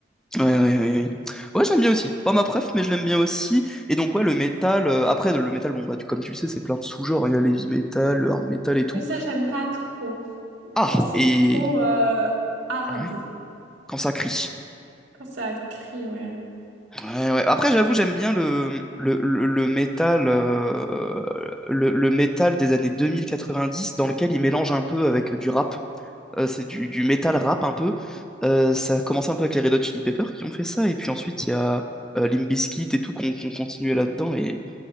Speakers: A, in the centre; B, on the right (about 90°).
A: Ouais, ouais, ouais, ouais. Ouais, j'aime bien aussi. Pas ma préf, mais je l'aime bien aussi. Et donc, ouais, le métal. euh, après, le métal, bon, bah, tu- comme tu le sais, c'est plein de sous-genres. hein. Il y a l'heavy metal, le hard metal et tout.
B: Oui, ça, j'aime pas trop.
A: Ah,
B: Quand c'est
A: et.
B: trop euh, hard,
A: Ouais. Quand ça crie.
B: quand ça te crie, ouais.
A: Ouais, ouais. Après, j'avoue, j'aime bien le, le, le, le métal. euh, le, le métal des années 2090 dans lequel il mélange un peu avec euh, du rap. Euh, c'est du, du métal rap un peu. Euh, ça a commencé un peu avec les Red Hot Chili Peppers qui ont fait ça. Et puis ensuite, il y a euh, Limp Bizkit et tout qu'on qu'on continuait là-dedans. Et